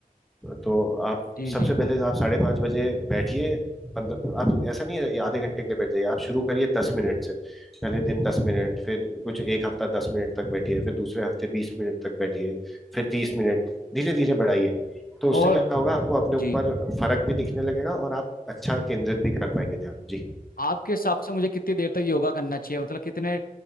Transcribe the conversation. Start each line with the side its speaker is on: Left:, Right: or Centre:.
Centre: तो आप
Left: जी जी
Centre: सबसे पहले आप साढ़े पाँच बजे बैठिए पंद्रह आप ऐसा नहीं है आधे घंटे के लिए बैठ जाइए आप शुरू करिए दस मिनट से पहले दिन दस मिनट फिर कुछ एक हफ्ता दस मिनट तक बैठिए फिर दूसरे हफ्ते बीस मिनट तक बैठिए फिर तीस मिनट धीरे धीरे बढ़ाइए तो उससे
Left: और
Centre: क्या
Left: अ,
Centre: होगा आपको अपने
Left: जी
Centre: ऊपर फर्क भी दिखने लगेगा और आप अच्छा केंद्रित भी कर पाएंगे ध्यान जी
Left: आपके हिसाब से मुझे कितनी देर तक योगा करना चाहिए मतलब कितने